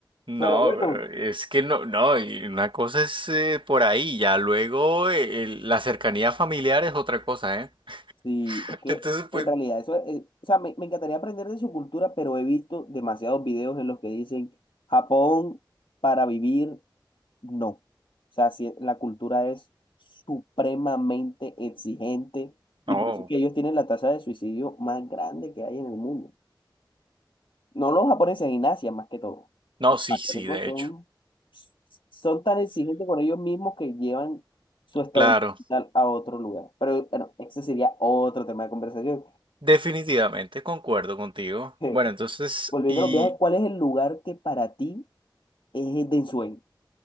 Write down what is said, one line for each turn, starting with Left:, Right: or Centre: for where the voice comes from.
Right: No,
Left: pero bueno,
Right: pero es que no, no, y una cosa es eh, por ahí, ya luego eh, el- la cercanía familiar es otra cosa, ¿eh? <laughs>
Left: sí, es que
Right: Entonces,
Left: en
Right: pues,
Left: realidad eso es, eh, o sea, me, me encantaría aprender de su cultura, pero he visto demasiados videos en los que dicen, Japón para vivir, no, o sea, si la cultura es supremamente exigente, y
Right: no,
Left: por eso es que ellos tienen la tasa de suicidio más grande que hay en el mundo. No los japoneses, en Asia más que todo.
Right: no,
Left: Los
Right: sí,
Left: asiáticos
Right: sí, de
Left: son,
Right: hecho,
Left: son tan exigentes con ellos mismos que llevan su estabilidad
Right: claro,
Left: a otro lugar. Pero bueno, ese sería otro tema de conversación.
Right: definitivamente concuerdo contigo.
Left: <laughs>
Right: Bueno, entonces,
Left: Volviendo
Right: y
Left: a los viajes, ¿cuál es el lugar que para ti es de ensueño?